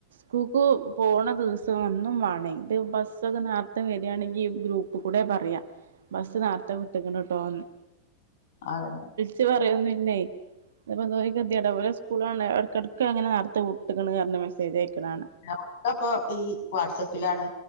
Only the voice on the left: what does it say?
അതെന്നെ
ഒക്കെപ്പോ ഈ വാട്സപ്പിലാണ്